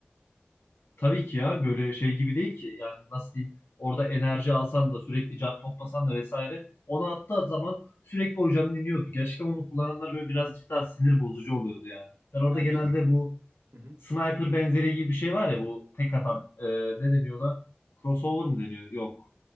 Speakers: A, on the left; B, on the right.
A: Tabii ki ya böyle şey gibi değil ki yani nasıl diyeyim orada enerji alsan da sürekli can toplasan da vesaire onu attığı zaman sürekli o canın iniyordu. Gerçekten onu kullananlar böyle birazcık daha sinir bozucu oluyordu yani. Ben orada
B: Yani
A: genelde
B: bir
A: bu
B: Hı hı,
A: sniper benzeri gibi bir şey var ya bu tek
B: hı
A: atan
B: hı.
A: e, ne deniyor ona? Crossover mı deniyor? Yok.